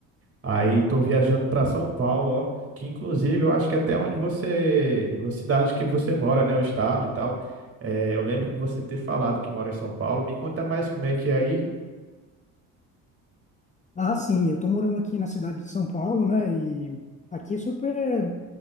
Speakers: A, on the right; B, on the left.
A: Aí tô viajando pra São Paulo, ó, que inclusive eu acho que até onde você, a cidade que você mora, né, o estado e tal. É, eu lembro que você ter falado que mora em São Paulo. Me conta mais como é que é aí.
B: Ah, sim, eu tô morando aqui na cidade de São Paulo, né? E aqui é super